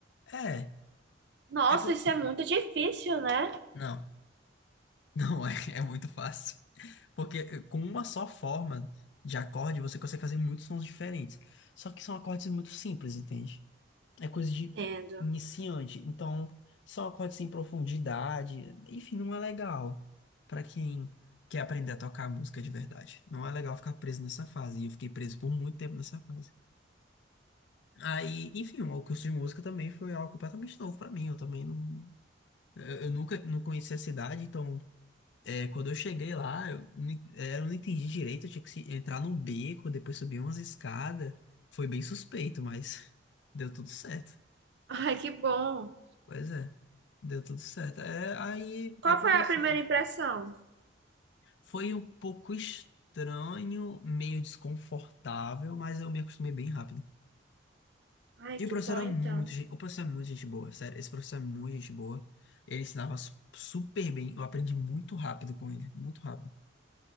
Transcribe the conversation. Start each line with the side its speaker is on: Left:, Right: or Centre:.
Left: É,
Right: Nossa,
Left: é porque.
Right: isso é muito difícil, né?
Left: Não, <laughs> não é, é muito fácil. Porque eh, com uma só forma de acorde, você consegue fazer muitos sons diferentes. Só que são acordes muito simples, entende? É coisa de
Right: Entendo.
Left: iniciante. Então, são acordes sem profundidade. Enfim, não é legal pra quem quer aprender a tocar música de verdade. Não é legal ficar preso nessa fase. E eu fiquei preso por muito tempo nessa fase. Aí, enfim, o curso de música também foi algo completamente novo pra mim. Eu também não. Eu, eu nunca não conhecia a cidade, então, é, quando eu cheguei lá, eu, nem- é, eu não entendi direito. Eu tinha que se- entrar num beco, depois subir umas escadas. Foi bem suspeito, mas <laughs> deu tudo certo.
Right: Ai, que bom.
Left: Pois é, deu tudo certo. É, aí
Right: Qual
Left: eu comecei.
Right: foi a primeira impressão?
Left: Foi um pouco estranho, meio desconfortável, mas eu me acostumei bem rápido.
Right: Ai,
Left: E o
Right: que
Left: professor
Right: bom,
Left: era
Right: então.
Left: muito gente, o professor é muito gente boa, sério, esse professor é muito gente boa. Ele ensinava su- super bem, eu aprendi muito rápido com ele, muito rápido.